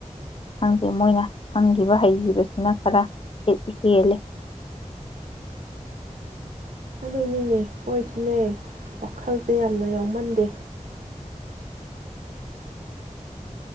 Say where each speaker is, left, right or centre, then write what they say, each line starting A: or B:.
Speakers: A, on the left; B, on the right.
A: ꯈꯪꯗꯦ ꯃꯣꯏꯅ ꯈꯪꯈꯤꯕ ꯍꯩꯈꯤꯕꯁꯤꯅ ꯈꯔ ꯈꯤꯛ ꯍꯦꯜꯂꯤ
B: ꯑꯗꯨꯅꯤꯅꯦ ꯃꯣꯏꯁꯨꯅꯦ ꯋꯥꯈꯜꯁꯦ ꯌꯥꯝꯅ ꯌꯥꯎꯃꯟꯗꯦ